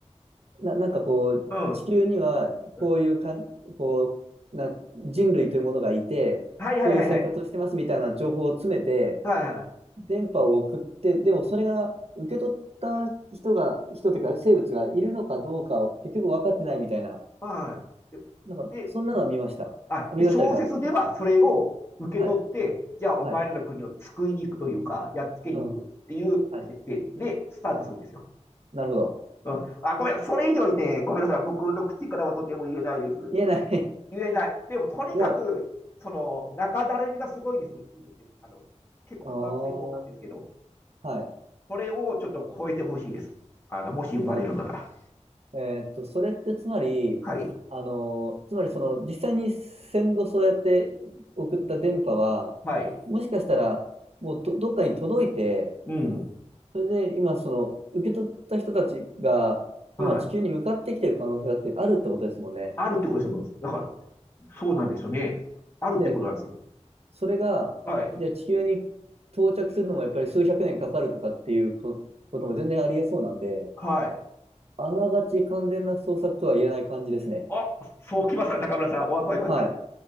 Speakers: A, on the right (about 60°); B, on the left (about 20°).
A: な、なんかこう、
B: うん、
A: 地球にはこういうかん、
B: うん、
A: こう、な、人類というものがいて、
B: はい、
A: こういう生活をしてますみたいな情報を詰めて、
B: はい、はい、はい、はい、はい、
A: 電波を送って、でもそれが受け取った人が、人というか生物がいるのかどうかを結局分かってないみたいな、
B: はい。で、
A: なんかそんなのは見ました。
B: であ、
A: あ、見ましたか。
B: で、小説ではそれを受け取って、
A: はい、
B: じゃあお前らの国を救いに行くというか、
A: はい、
B: やっつけに行くっていう設定でスタートするんですよ。
A: うん、はい、なるほど。
B: うん、あ、ごめん、それ以上にね、ごめんなさい、僕の口からはとても言えないです。
A: 言えない。
B: 言えない。でも、とにかく、
A: <laughs> でも、
B: その、中だるみがすごいですね、一部って。あの、結構分厚い本なんですけど、
A: あー、はい、
B: それをちょっと超えてほしいです。あの、もし読まれるなら。
A: なる、えーっと、それってつまり、
B: はい。
A: あのーつまりその実際に戦後そうやって送った電波は、
B: はい。
A: もしかしたらもうとどっかに届いて、
B: うん。
A: それで今、その、受け取った人たちが、
B: はい。
A: 今地球に向かってきてる可能性だってあるってことですもんね。
B: あるってことですもん。だから、そうなんですよね。あるってことなんですよ。
A: で、それが、
B: はい。
A: じゃあ地球に到着するのもやっぱり数百年かかるとかっていうこことも全然ありえそうなんで、
B: はい。
A: あながち完全な捜索とは言えない感じですね。
B: あ、そうきますか、中村さん。おわ、怖い怖い怖い。
A: はい。